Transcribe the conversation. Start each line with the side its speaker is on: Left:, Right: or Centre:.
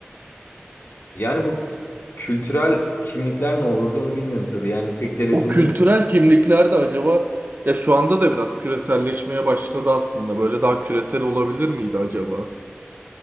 Left: Yani bu kültürel kimlikler ne olurdu onu bilmiyorum tabii. Yani tek devlet
Right: O
Left: olunca
Right: kültürel kimlikler de acaba ya şu anda da biraz küreselleşmeye başladı aslında. Böyle daha küresel olabilir miydi acaba?